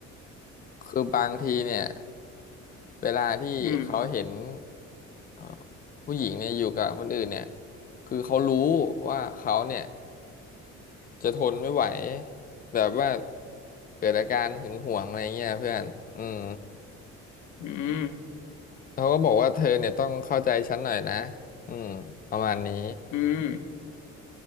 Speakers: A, on the left (about 30°); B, on the left (about 80°).
A: คือบางทีเนี่ยเวลาที่เขาเห็น
B: อืม
A: เอ่อผู้หญิงเนี่ยอยู่กับคนอื่นเนี่ยคือเขารู้ว่าเขาเนี่ยจะทนไม่ไหวแบบว่าเกิดอาการหึงหวงอะไรเงี้ยเพื่อนอืม
B: อืม
A: เขาก็บอกว่าเธอเนี่ยต้องเข้าใจฉันหน่อยนะอืมประมาณนี้
B: อืม